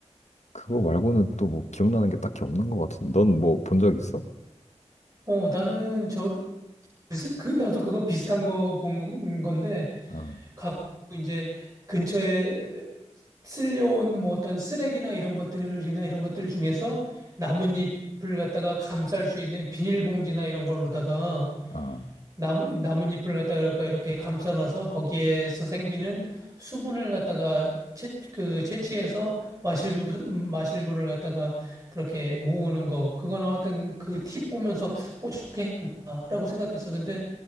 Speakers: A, on the left; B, on the right.
A: 그거 말고는 또 뭐 기억나는 게 딱히 없는 것 같은데. 넌 뭐 본 적 있어?
B: 어, 나는 저, 그, 나도 그거 비슷한 거 본 건데
A: 아,
B: 갖고 이제 근처에 쓸려온 뭐 어떤 쓰레기나 이런 것들이나 이런 것들 중에서 나뭇잎을 갖다가 감쌀 수 있는 비닐봉지나 이런 걸로다가
A: 아,
B: 나무, 나뭇잎을 갖다가 이렇게 감싸놔서 거기에서 생기는 수분을 갖다가 채, 그 채취해서 마실 물, 마실 물을 갖다가 그렇게 모으는 거. 그거 나왔던 그 팁 보면서 오, 좋겠다라고 생각했어. 근데